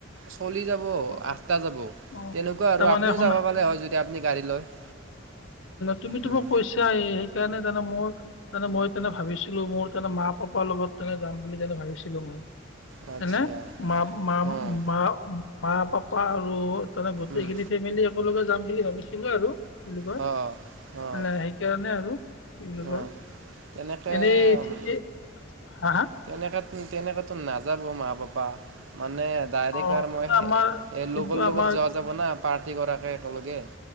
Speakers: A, on the right; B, on the left.
A: চলি যাব।
B: অ অ
A: আঠটা যাব।
B: অ,
A: তেনেকুৱা আৰু
B: তাৰমানে
A: আপুনিও
B: শুনা
A: যাব পালে হয়। যদি আপুনি গাড়ী লয়।
B: তুমিতো
A: উম,
B: মোক কৈছায়েই। সেইকাৰণে তাৰমানে মোৰ মানে মই তেনে ভাবিছিলো মোৰ তেনে মা পাপ। পাৰ লগত তেনে যাম বুলি তেনে ভাবিছিলো মই।
A: উম, আচ্ছা
B: তেনে মা-মা-মা।
A: অঁ
B: মা পাপা আৰু তাৰে গোটেই
A: উম।
B: খিনি ফেমিলি একেলগে যাম বুলি ভাবিছিলো আৰু। বুলি কয়।
A: অ', অ',
B: মানে সেইকাৰণে আৰু। কি বুলি কয়
A: অ' তেনেকে
B: এনেই
A: উম
B: ঠিকেই হা হা
A: তেনেকে। উম তেনেকেতো নাযাব মা পাপা। মানে ডাইৰেক্ট
B: অ
A: আৰু
B: কিন্তু
A: মই সেই
B: আমাৰ
A: এই
B: কিন্তু
A: লগৰ লগত
B: আমাৰ
A: যোৱা যাব না। পাৰ্টি কৰাকৈ একেলগে।